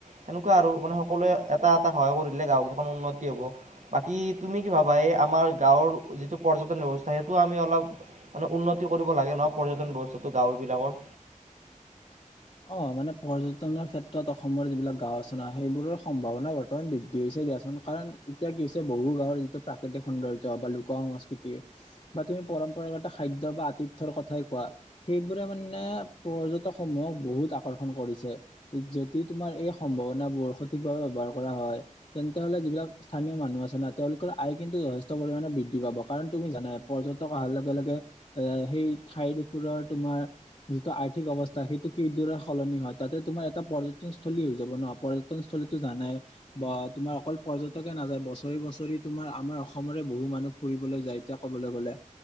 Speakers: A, on the right (about 65°); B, on the left (about 40°).
A: সেনেকুৱা আৰু মানে সকলোৱে এটা এটা সহায় কৰিলে গাঁও কেইখন উন্নতি হব বাকী তুমি কি ভাবা এই আমাৰ গাঁৱৰ যিটো পৰ্যটন ব্যৱস্থা সেইটো আমি অলপ মানে উন্নতি কৰিব লাগে নহ পৰ্যটন ব্যৱস্থাটো। গাঁও বিলাকৰ
B: <inaudible> অ মানে পৰ্যটনৰ ক্ষেত্ৰত অসম যিবিলাক গাও আচনা সেইবোৰৰ সম্ভাৱনা বৰ্তমান বৃদ্ধি হৈছে দিয়াচোন কাৰণ এতিয়া কি হৈছে বহু গাঁৱৰ যিটো প্ৰাকৃতিক সৌন্দৰ্য বা লোক সংস্কৃতি বা তুমি পৰম্পৰা খাদ্য বা আতিথ্যৰ কথাই কোৱা সেইবোৰে মানে পৰ্যটক সমূহক বহুত আকৰ্ষণ কৰিছে যদি তোমাৰ এই সম্ভাৱনাবোৰ সঠিকভাৱে ব্যৱহাৰ কৰা হয় তেন্তে হলে যিবিলাক স্থানীয় মানুহ আছে না তেওঁলোকৰ আয় কিন্তু যথেষ্ট পৰিমাণে বৃদ্ধি পাব কাৰণ তুমি জানা পৰ্যন অহাৰ লগে লগে সেই ঠাই দোষৰৰ তোমাৰ যিটো আৰ্থিক অৱস্থা সেইটো কিদৰে সলনি হয় তাতে তোমাৰ এটা পৰ্যটন স্থলী হৈ যাব ন পৰ্যটনস্থলীতো জানাই বা তোমাৰ অকল পৰ্যটকে নাযায় বছৰি বছৰি তোমাৰ আমাৰ অসমৰে বহু মানুহ ফুৰিবলৈ যায় এতিয়া ক'বলৈ গ'লে।